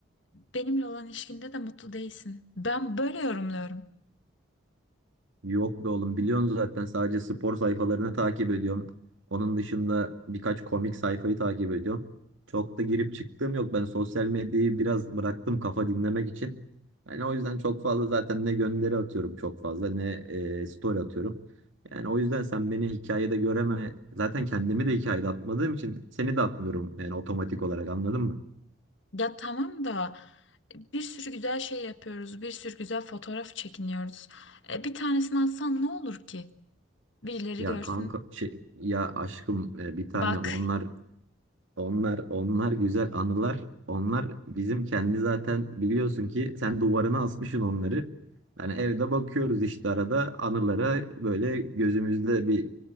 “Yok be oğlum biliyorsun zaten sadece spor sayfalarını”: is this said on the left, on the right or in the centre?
Right